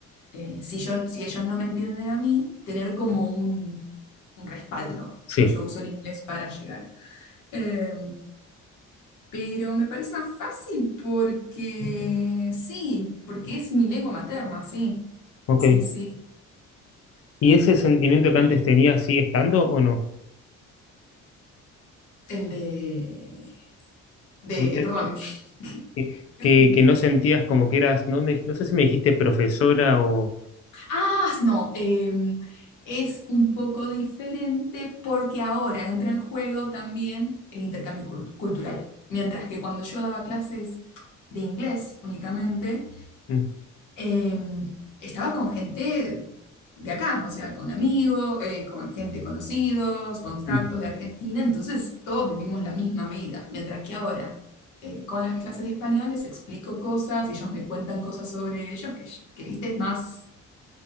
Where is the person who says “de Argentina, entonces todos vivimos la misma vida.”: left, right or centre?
Left